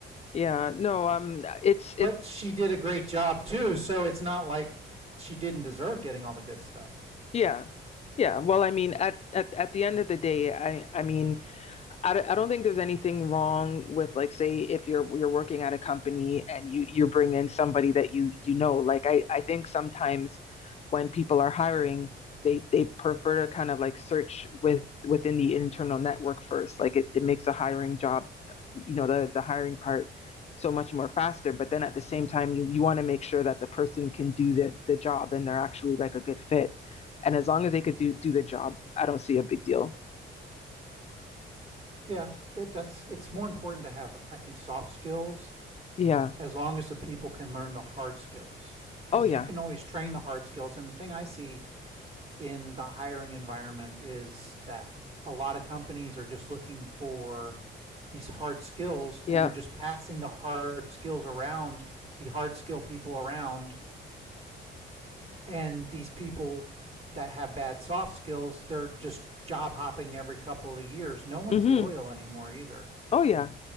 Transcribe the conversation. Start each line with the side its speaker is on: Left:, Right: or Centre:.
Left: Yeah. No, um it's
Right: but
Left: it
Right: she did a great job too so it's not like she didn't deserve getting all the good stuff
Left: yeah. Yeah. Well, I mean at at at the end of the day, I I mean I don't, I don't think there's anything wrong with like say if you're you're working at a company and you you bring in somebody that you you know like I I think sometimes when people are hiring they they prefer to kind of like search with within the internal network first like it, it makes a hiring job you know the the hiring part so much more faster but then at the same time you you want to make sure that the person can do the the job and they're actually like a good fit and as long as they could do do the job I don't see a big deal
Right: yeah that, that's it's more important to have i think soft skills
Left: yeah
Right: as long as the people can learn the hard skills because
Left: oh yeah
Right: you can always train the hard skills and the thing i see in the hiring environment is that a lot of companies are just looking for these hard skills
Left: yeah
Right: and they're just passing the hard skills around the hard skill people around and these people that have bad soft skills they're just job hopping every couple of years no one's
Left: hmm
Right: loyal anymore either
Left: Oh yeah.